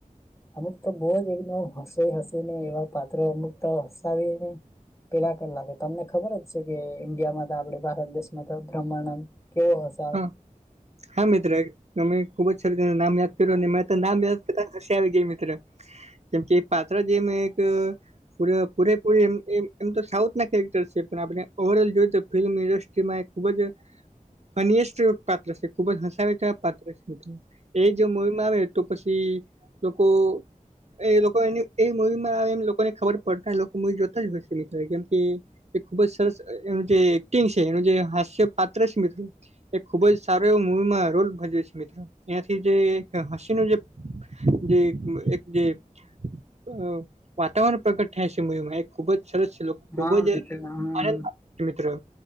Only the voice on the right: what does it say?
હા હા મિત્ર એક તમે ખુબ જ સારી રી નામ યાદ કર્યું મે નામ યાદ કરતા આવી ગઈ મિત્ર કેમ કે પાત્રળા જેમ એક પ પૂરેપૂરે એ એમ તો સાઉથ ના કેરેક્ટર છે પણ આપણે ઓવર ઓલ જોઈએ તો ફિલ્મ ઇન્ડસ્ટ્રી કે મે ખુબ જ ફનિસ્ પાત્ર છે ખૂબ જ હસાવે છે પાત્ર છે પાત્ર એ જો મુવી માં આવે તો પછી લોકો એ લોકો એ મવીમાં એમ લોકોને ખબર પડતા એ લોકો મવી જોતા જ હોય છે મ કેમ કે એ ખુબ જ સરસ એનું જે એક્ટિંગ છે એનું જે હાસ્ય પાત્ર છે મિત્રો એ ખુબ જ સારો એવો મૂવીમાં રોલ ભજવે છે મિત્રો એંથી જે એક હસી ન જે જે એક જે અ વાતાવરણ પ્રકટ થાય છે મયુમાં એ ખુબ જ સરસ છે લોકો ખૂબ
જ
આનંદ મિત્રો